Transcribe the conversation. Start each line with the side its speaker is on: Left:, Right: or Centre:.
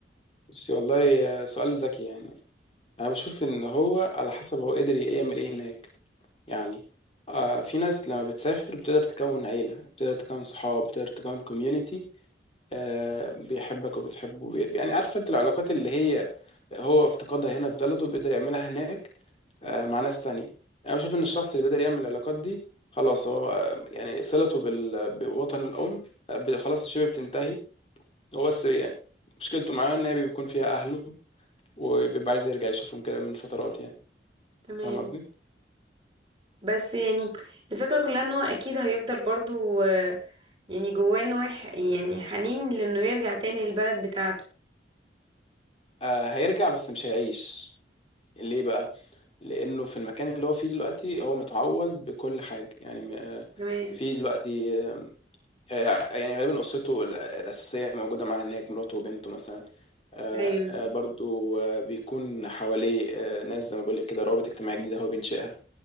Left: بس والله سؤال ذكي يعني انا بشوف ان هو على حسب هو قدر يعمل ايه هناك يعني آه في ناس لما بتسافر بتقدر تكون عيلة بتقدر تكون صحاب بتقدر تكون كوميونيتي آه بيحبك وبتحبه بي- يعني عارف انت العلاقات اللي هي هو افتقدها هنا في بلده بيقدر يعملها هناك آه مع ناس تانية انا بشوف ان الشخص اللي بيقدر يعمل العلاقات دي خلاص هو آه، يعني صلته بال- بوطن الام آه، خلاص شبه بتنتهي هو بس يعني مشكلته معاه ان هي بيكون فيها اهله وبيبقى عايز يرجع يشوفهم كده من فترات يعني
Right: تمام
Left: فاهم قصدي
Right: بس يعني الفكرة كلها ان هو اكيد هيفضل برضو آه، يعني جواه انه يح- يعني حنين لانه يرجع تاني للبلد بتاعته
Left: آه هيرجع بس مش هيعيش ليه بقى لانه في المكان اللي هو فيه دلوقتي هو متعود بكل حاجه يعني م- آه،
Right: تمام
Left: في دلوقتي آه آه، يعني غالبا اسرته ال- الاساسيه موجوده معاه هناك مراته وبنته مثلا آه
Right: ايوه
Left: آه برضو آه بيكون حواليه آه ناس زي ما بقول لك كده روابط اجتماعيه جديده هو بينشئها